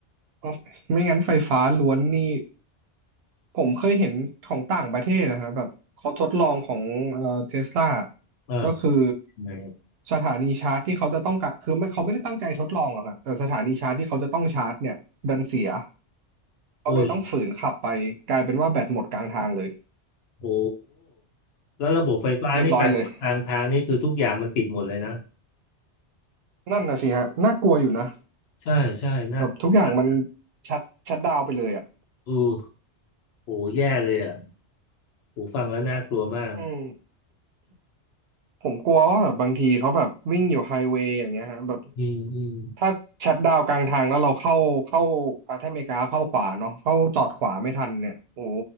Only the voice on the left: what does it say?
เออ
ไง
อุ้ย โอ้แล้วระบบไฟฟ้านี่แปดทางทางนี่คือทุกอย่างมันปิดหมดเลยนะ
ใช่ใช่น่ากลัวมาก
โอ้โหแย่เลยอ่ะโหฟังแล้วน่ากลัวมาก
อืมอืม